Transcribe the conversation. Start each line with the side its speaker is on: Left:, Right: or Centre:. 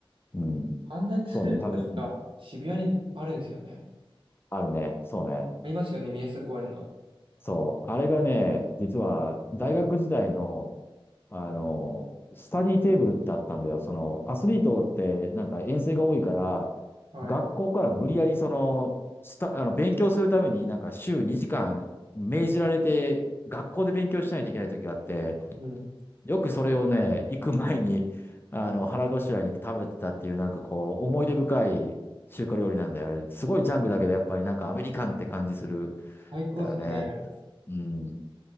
Left: うん。
Right: パンダエクスプレス確か渋谷にあるんですよね。
Left: そうね、食べ、うん、あるね、そうね。
Right: ありますよね、宮下公園の。
Left: そう、あれがね、実は大学時代の、あの、スタディテーブルってあったんだよ。その、アスリートってなんか遠征が多いから、
Right: はい。
Left: 学校から無理やりその、スタ、あの、勉強するためになんか週2時間命じられて、学校で勉強しないといけない時があって、
Right: うん。
Left: よくそれをね、行く前に、あの、腹ごしらえに食べてたっていうなんかこう、思い出深い中華料理なんだよね。あれすごいジャンクだけど、やっぱりなんかアメリカンって感じする。
Right: 最高っすよね。
Left: だよね。うん。